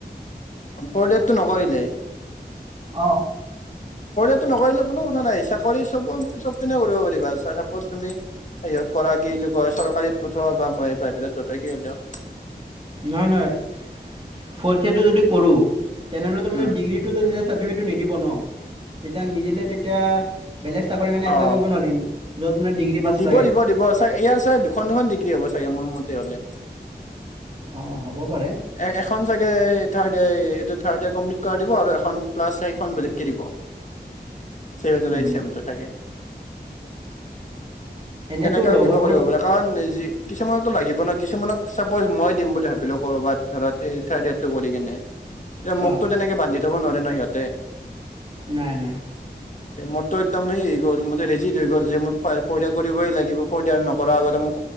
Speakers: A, on the left; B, on the right.
A: ফৰ ইয়েৰ তো নকৰিলে।
B: অঁ।
A: টো নকৰিলে কোনো কথা নাই। চাকৰি চব চব পিনে কৰিব পাৰিবা চাপ'জ তুমি সিহত কৰা কি বুলি কয় চ চীত পঠোৱা বা মই প্ৰাইভেটত য'তে কি উলাও
B: নহয়, নহয় ফথ ইয়াৰটো যদি কৰো তেনেহলে মানে
A: উম
B: ডিগ্ৰীটো চাৰ্টিফিকেটটো নিদিব ন, তেতিয়া নিদিলে তেতিয়া বেলেগ চাকৰি কাৰণে এপ্লাই
A: অ
B: কৰিব নোৱাৰিম। য'ত, মানে ডিগ্ৰী পাছ
A: দিব,
B: লাগে
A: দিব দিব চ ইয়াৰ চাগ দুখন, দুখন ডিগ্ৰী হ'ব চাগে মোৰ মতে হলে।
B: অ' হ'ব পাৰে
A: এ, এখন চাগে তাৰ থাৰ্ড ইয়াৰ কমপ্লিট কৰা দিব আৰু এখন প্লাছ চাৰিখন বেলেগকৈ দিব। ছেভেন
B: উম।
A: আৰু এইট চমটো থাকে।
B: এনে
A: তেনেককাে
B: তোৰ লগৰবোৰক
A: কিবা কৰিব পাৰে। কাৰণ, কিছুমানতো লাগিব ন কিছুমান ম চাপজ মই দিম বুলি ভাবিলো কৰবাত ধৰ স থাৰ্ড ইয়াৰটো কৰি কেনে এয়া
B: হা
A: মোকতো তেনেকে বান্ধি থব নোৱাৰে ন সিহঁতে।
B: নাই নাই
A: মোৰতটো একদম হেই গ'ল মোৰ ৰেজি হৈ গ'ল যে মোৰ ফৰ্থ ইয়াৰ কৰিবই লাগিব। ফৰ্থ ইয়াৰ নকৰা আগতে মই